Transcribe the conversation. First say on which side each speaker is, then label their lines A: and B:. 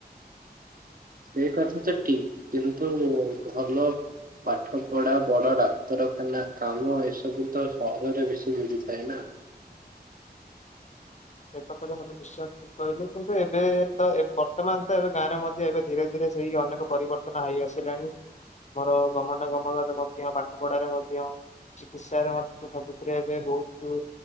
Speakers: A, on the right; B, on the left.
A: ସେଇ କଥା ତ ଠିକ, କିନ୍ତୁ ଭଲ- ପାଠ ପଢା, ବଡ ଡାକ୍ତରଖାନା କାମ, ଏସବୁ ତ ସହରରେ ବେଶି ମିଳିଥାଏ ନା।
B: ଏ ପତରୁ ମତେ ନିଶଚୟ କହିଲୁ କିନ୍ତୁ ଏବେ ତ, ବର୍ତ୍ତମାନ ତ ଏବେ ଗାଁରେ ମଧ୍ୟ ଏବେ ଧୀରେ ଧୀରେ ସେଇ ଅନେକ ପରିବର୍ତ୍ତନ ତ ହେଇ ଆସିଲାଣି, ଆମର ଗମନାଗମନରେ ମଧ୍ୟ, ପାଠ ପଢାରେ ମଧ୍ୟ। ଚିକିତ୍ସାରେ, ହ ସବୁଥିରେ ଏବେ ବହୁତ